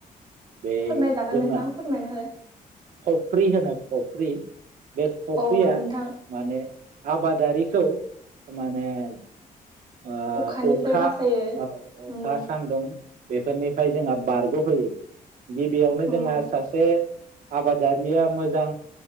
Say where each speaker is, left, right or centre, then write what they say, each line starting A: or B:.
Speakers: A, on the right (about 65°); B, on the right (about 30°).
A: बे
B: फोरमायजागोन
A: जोंना
B: नोंथां फोरमायना हो।
A: खफ्रि होनो खफ्रि बे फ्रिया
B: अ नोंथां
A: माने आबादारिखौ माने ओ
B: अखानिफ्राय
A: अखा
B: बासायो
A: औ अखा
B: नंगौ
A: सान्दुं बेफोरनिफ्राय जोंहा बारग' होयो। गिबियावनो
B: नंगौ
A: जोंहा सासे आबादारिया मोजां